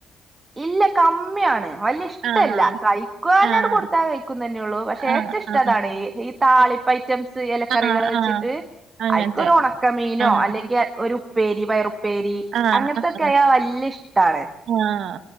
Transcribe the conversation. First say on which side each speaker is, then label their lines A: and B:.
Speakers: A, on the right; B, on the right.
A: ഇല്ല കമ്മിയാണ് വല്ല ഇഷ് ഇഷ്ടല്ല
B: ആഹ്
A: കഴിക്കാനോട്
B: ആഹ്
A: കൊടുത്താ കഴിക്കുന്നന്നെള്ളൂ പക്ഷേ
B: ആഹ്
A: ഏറ്റവും ഇഷ്ട
B: ആഹ്
A: അതാണ് ഈ താളിപ്പ് ഐറ്റംസ് ഇലക്കറികൾ
B: ആഹ്
A: വെച്ചിട്ട്
B: ആഹ് അങ്ങനത്തെ
A: അയ്ക്കൊരു ഉണക്കമീനോ
B: ആഹ്
A: അല്ലെങ്കിൽ ഒരു പ്പേരി വയറുപ്പേരി
B: ആഹ്
A: അങ്ങനത്തെൊക്കെ
B: ആഹ്
A: ആയ വല്ല്യ ഇഷ്ടണ്
B: ആഹ്